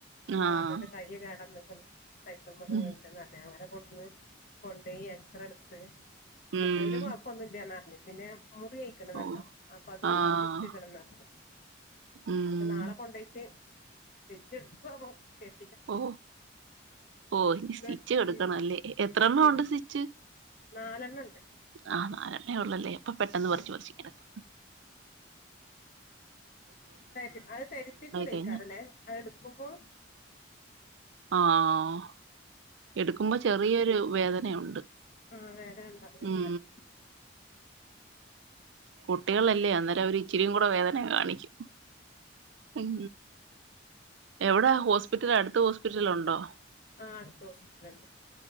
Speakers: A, on the left; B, on the right.
A: അപ്പൊ
B: ആഹ്
A: പറഞ്ഞിട്ട് കയ്യ് കേടന്ന് <unintelligible> സൈക്കിൾ മേന്ന്
B: ഉം
A: വീണതാന്നു പറഞ്ഞു ഞാൻ അങ്ങനെ കൊടു <unintelligible> കൊണ്ട് പോയി എക്സറേ എടുത്ത്
B: ഉം.
A: അപ്പ അതില് കുഴപ്പമൊന്നുമില്ലന്നാ പറ പിന്നെ മുറി അഴിക്കണമല്ലോ
B: ഓ
A: അപ്പൊ അത്
B: ആഹ്
A: സ്റ്റിച്ച് ഇടണം എന്ന് അപ്പൊ
B: ഉം
A: അപ്പൊ നാളെ കൊണ്ട് പോയിട്ട് സ്റ്റിച്ചു എടുക്കുവാ <unintelligible>
B: ഓ ഓ ഇനി സ്റ്റിച്ച്
A: ന്ന്
B: എടുക്കണം
A: ഉം
B: അല്ലേ എത്രണ്ണം
A: ഉം
B: ഉണ്ട് സ്റ്റിച്ച്
A: നാലെണ്ണണ്ട്
B: ആ അങ്ങനെയുള്ളല്ലേ അപ്പൊ പെട്ടെന്ന് പറിച്ച്
A: ഉം
B: പറിച്ചു ഇങ്ങ് എടുക്കും
A: അത് അത് ധരിപ്പികൂല്ല
B: കഴിഞ്ഞ
A: ഈ കടലെ അത് എടുക്കുമ്പോ
B: ആഹ് എടുക്കുമ്പോ ചെറിയൊരു വേദനയുണ്ട്
A: ആ, വേദന ഉണ്ടാവും ഇക്കാരം
B: ഉം കുട്ടികളല്ലേ അന്നേരം അവര് ഇച്ചിരി കൂടെ വേദന കാണിക്കു ഉം എവിടാ ഹോസ്പിറ്റൽ അടുത്ത ഹോസ്പിറ്റല ഉണ്ടോ
A: ആ അടുത്ത ഹോസ്പിറ്റലുണ്ട്